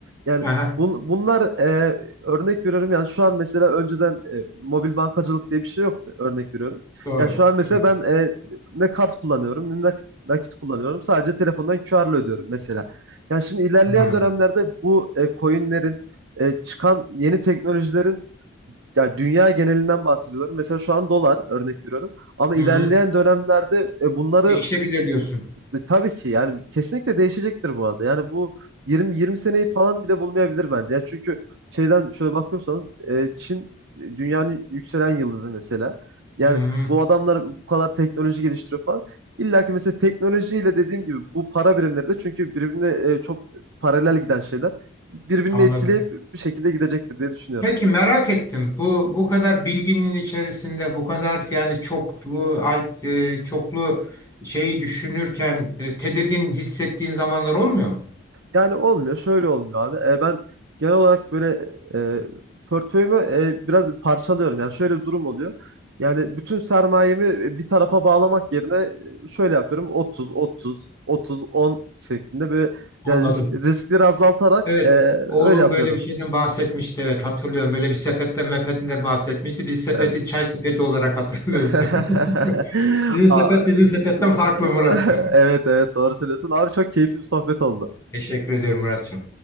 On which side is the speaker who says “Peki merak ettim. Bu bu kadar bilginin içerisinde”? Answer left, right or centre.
Left